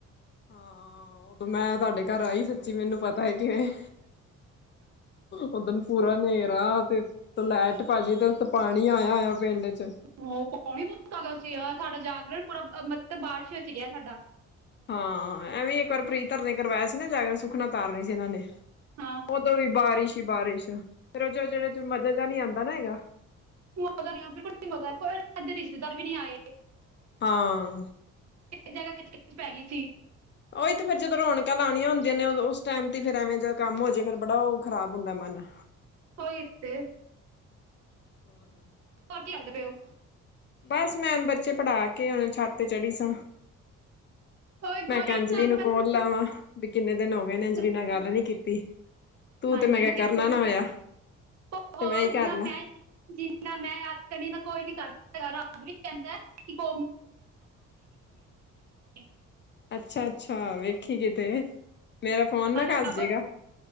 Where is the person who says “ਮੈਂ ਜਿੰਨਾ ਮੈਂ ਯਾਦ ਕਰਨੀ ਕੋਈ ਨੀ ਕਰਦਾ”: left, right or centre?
Right